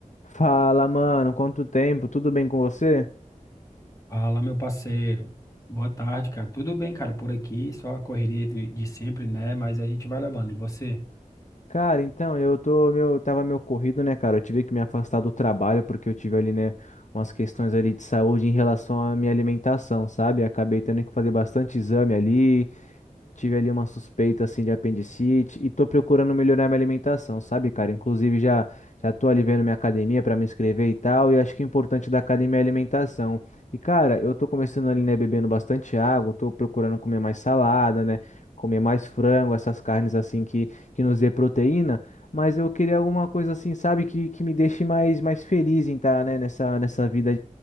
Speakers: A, on the left (about 60°); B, on the left (about 25°).
A: Fala, mano, quanto tempo? Tudo bem com você?
B: Fala, meu parceiro. Boa tarde, cara. Tudo bem, cara, por aqui, só a correria de, de sempre, né? Mas a gente vai levando. E você?
A: Cara, então, eu tô meu, tava meio corrido, né, cara? Eu tive que me afastar do trabalho porque eu tive ali, né, umas questões ali de saúde em relação à minha alimentação, sabe? Acabei tendo que fazer bastante exame ali, Tive ali uma suspeita assim de apendicite e tô procurando melhorar minha alimentação, sabe, cara? Inclusive já já tô ali vendo minha academia para me inscrever e tal, e eu acho que o importante da academia é a alimentação. E cara, eu tô começando ali, né, bebendo bastante água, tô procurando comer mais salada, né, comer mais frango, essas carnes assim que que nos dê proteína, mas eu queria alguma coisa assim, sabe, que, que me deixe mais mais feliz em estar, né, nessa nessa vida